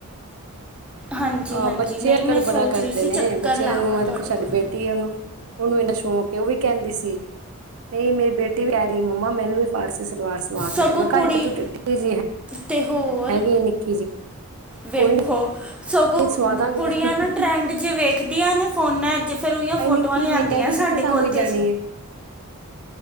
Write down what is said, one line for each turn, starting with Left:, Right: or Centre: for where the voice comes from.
Centre: ਹਾਂਜੀ
Right: ਆਹ
Centre: ਹਾਂਜੀ
Right: ਬੱਚੇ
Centre: ਨਹੀਂ
Right: ਅੱਜ
Centre: ਮੈਂ
Right: ਕੱਲ੍ਹ
Centre: ਸੋਚ
Right: ਬੜਾ ਕਰਦੇ
Centre: ਰਹੀ ਸੀ
Right: ਨੇ,
Centre: ਚੱਕਰ
Right: ਬੱਚਿਆਂ
Centre: ਲਾਵਾਂ
Right: ਨੂੰ
Centre: ਤੁਹਾਡੇ
Right: ਤੇ ਸਾਡੀ
Centre: ਕੋਲ
Right: ਬੇਟੀ ਉਨੂੰ ਉਨੂੰ ਇਨਾ ਸ਼ੌਕੇ ਏ ਉ ਵੀ ਕੈਂਦੀ ਸੀ, ਨਈ ਮੇਰੀ ਬੇਟੀ ਵੀ ਆ ਰਈ ਮੰਮਾ ਮੈਨੂੰ ਵੀ ਫਾਰਸੀ ਸਲਵਾਰ ਸਵਾ
Centre: ਸਗੋਂ
Right: ਕੇ ਦੋ, ਮੈਂ
Centre: ਕੁੜੀ
Right: ਕਿਹਾ ਤੇ ਤੂੰ ਟਿੱਡੀ ਜੀ ਹੈ
Centre: ਤੇ ਹੋਰ
Right: ਹੈਗੀ ਨਿੱਕੀ ਜੀ।
Centre: ਵੇਖੋ
Right: ਕੋਈ
Centre: ਸਗੋਂ
Right: ਨੀ ਸਵਾ ਦਾਂਗੀ
Centre: ਕੁੜੀਆਂ
Right: ਤੈਨੂੰ
Centre: ਨਾ ਟਰੈਂਡ ਜੇ ਵੇਖਦੀਆਂ ਨੇ ਫੋਨਾਂ ਤੇ ਫੇਰ ਉਈੳ ਫੋਟੋਆਂ
Right: ਇਹ ਨਿੱਕੀ
Centre: ਲਿਆਂਂਦੀਆਂ
Right: ਜੀ ਹੈਗੀ ਕਿਤੇ
Centre: ਸਾਡੇ
Right: ਸਾਂਭੀ
Centre: ਕੋਲ
Right: ਜਾਣੀ
Centre: ਤੇ
Right: ਹੈ